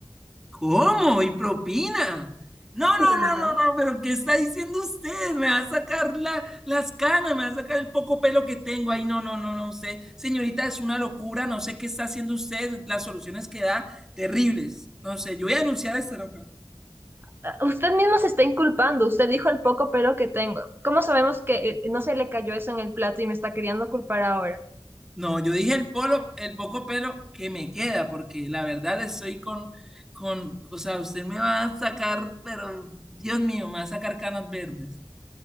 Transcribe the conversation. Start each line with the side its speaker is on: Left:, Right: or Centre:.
Centre: ¿Cómo? ¿Y propina? No,
Right: Claro.
Centre: no, no, no, no, pero ¿qué está diciendo usted? Me va a sacar la- las canas, me va a sacar el poco pelo que tengo. Ay, no, no, no, no, usted, señorita, es una locura, no sé qué está haciendo usted, las soluciones que da, terribles. No sé, yo voy a denunciar a este local.
Right: Ah, Usted mismo se está inculpando, usted dijo el poco pelo que tengo. ¿Cómo sabemos que eh, no se le cayó eso en el plato y me está queriendo culpar ahora?
Centre: No, yo dije el polo, el poco pelo que me queda, porque la verdad estoy con, con, o sea, usted me va a sacar, pero Dios mío, me va a sacar canas verdes.